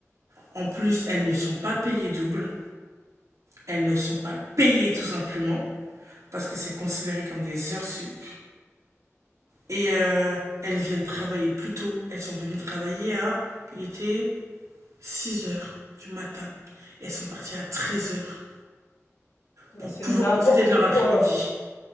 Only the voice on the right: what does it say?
En plus, elles ne sont pas payées double. Elles ne sont pas payées tout simplement parce que c'est considéré comme des heures sup. Et euh, elles viennent travailler plus tôt. Elles sont venues travailler à, il était 6 heures du matin. Et elles sont parties à 13 heures
pour
pouvoir
profiter de leur après-midi.